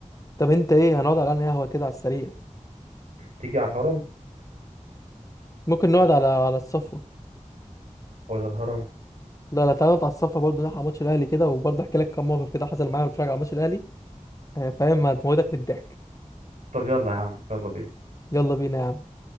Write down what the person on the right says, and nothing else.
تيجي على الهرم
ولا الهرم
طب يلا يا عم يلا بينا